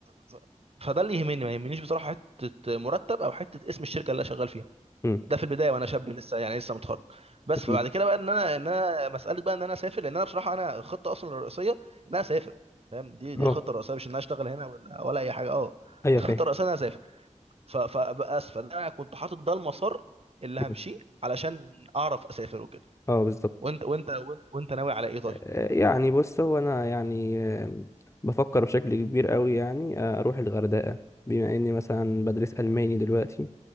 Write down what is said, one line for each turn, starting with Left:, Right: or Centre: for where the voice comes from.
Right: ف... فده اللي يهمني ما يهمنيش بصراحه حته مرتب او حته اسم الشركه اللي انا شغال فيها
Left: امم
Right: ده في البدايه وانا شاب لسه يعني لسه متخرج بس
Left: اكيد
Right: فبعد كده بقى ان انا ان انا مساله بقى ان انا اسافر لان انا بصراحه انا الخطه اصلا الرئيسيه ان انا اسافر فاهم دي
Left: اه
Right: دي الخطه الرئيسيه مش ان انا اشتغل هنا ولا ولا اي حاجه اه
Left: ايوه
Right: الخطه
Left: فاهم
Right: الرئيسيه ان انا اسافر ف- فبس فانا كنت حاطط ده المسار اللي
Left: مم.
Right: همشيه علشان اعرف اسافر وكده
Left: اه بالظبط
Right: وانت وانت وانت, وانت ناوي على ايه طيب
Left: آه، يعني بص هو انا يعني آم، بفكر بشكل كبير قوي يعني آه، اروح الغردقه بما اني مثلا بدرس الماني دلوقتي